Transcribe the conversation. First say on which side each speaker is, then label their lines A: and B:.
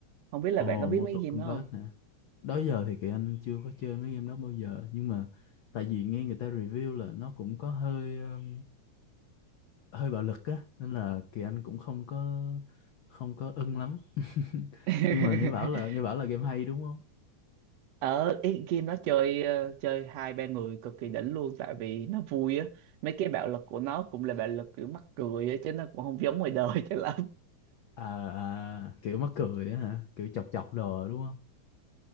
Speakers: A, on the right; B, on the left.
A: không biết là
B: Ồ,
A: bạn có biết
B: Mortal
A: mấy game
B: Kombat
A: đó không
B: nè. Đó giờ thì Kỳ Anh chưa có chơi mấy game đó bao giờ, nhưng mà tại vì nghe người ta review là nó cũng có hơi um, hơi bạo lực á, nên là Kỳ Anh cũng không có không có ưng lắm. <laughs>
A: <laughs>
B: Nhưng mà nghe bảo là nghe bảo là game hay đúng không?
A: ở ý, game nó chơi ờ, chơi hai ba người cực kỳ đỉnh luôn tại vì nó vui á mấy cái bạo lực của nó cũng là bạo lực kiểu mắc cười á chứ nó cũng không giống ngoài đời <laughs> cho lắm
B: À, à kiểu mắc cười á hả? Kiểu chọc chọc đồ đúng không?